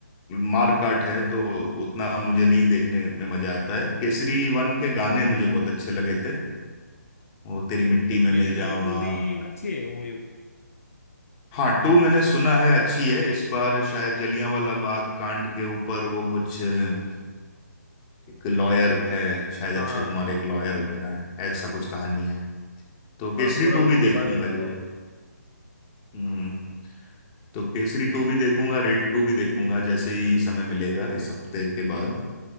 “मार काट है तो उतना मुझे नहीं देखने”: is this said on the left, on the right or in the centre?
Left